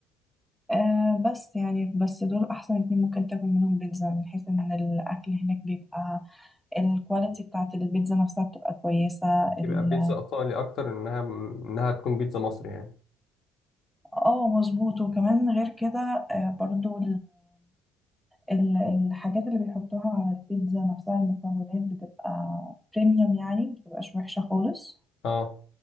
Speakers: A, in the centre; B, on the left (about 55°).
A: آه بس يعني بس دول أحسن اتنين ممكن تاكل منهم بيتزا من حيث إن الأكل هناك بيبقى الكواليتي بتاعت البيتزا نفسها بتبقى كويسة ال-
B: يبقى بيتزا ايطالي اكتر انها انها تكون بيتزا مصري يعني
A: اه مظبوط وكمان غير كده آه برضو ال- الحاجات اللي بيحطوها على البيتزا نفسها المكونات بتبقى بريميوم يعني بتبقاش وحشة خالص
B: اه